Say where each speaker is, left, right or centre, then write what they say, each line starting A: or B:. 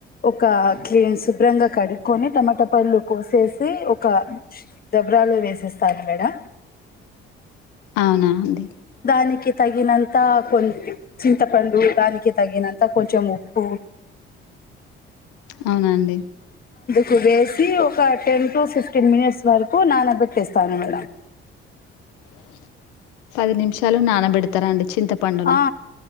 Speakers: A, on the left; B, on the left.
A: ఒక క్లీన్ శుభ్రంగా కడుక్కొని టమాటా పళ్ళు కోసేసి ఒక డబ్ర లో వేసిస్తాను మేడం
B: అవునా అండి
A: దానికి తగినంతా కొం చింతపండు దానికి తగినంత కొంచెం ఉప్పు
B: అవునండి
A: కు వేసి ఒక టెన్ టు ఫిఫ్టీన్ మినిట్స్ వరకు నాన పెట్టేస్తాం మేడం
B: <unintelligible> పది నిమిషాలు నానబెడతారండి చింతపండుని
A: ఆ